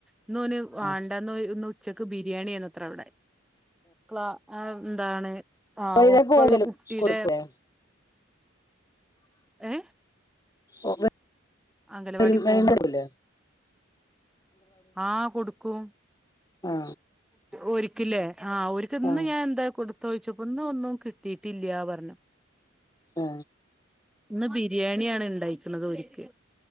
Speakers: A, in the centre; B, on the left (about 20°).
A: ഇന്ന് ഓന് വാണ്ടന്ന്
B: ആ
A: ന്നൊരു ഇന്ന്‌ ഉച്ചയ്ക്ക് ബിരിയാണിന്നുത്രേ അവടെ ക്ലാ എന്താണ് ആ
B: വൈന്നേരം
A: ഒപ്പോള്ള
B: പോകലും
A: കുട്ടീടെ
B: കൊടുക്കൂലേ
A: ഏ
B: ഓ <inaudible>
A: അംഗലവാടി
B: നാലും
A: പോകുമ്പോ
B: വേണ്ടതല്ലേ
A: ആ കൊടുക്കും
B: ആ
A: ഓരിക്കില്ലേ ആ ഒരിക്ക്ന്ന്
B: ആ
A: ഞാൻ എന്താ കൊടുത്തൊയിച്ചപ്പോ ഇന്ന് ഒന്നും കിട്ടീട്ടില്ല പറഞ്ഞു
B: ഏ
A: ഇന്ന് ബിരിയാണിയാണ് ണ്ടാക്ക്ണത് ഓൽക്ക്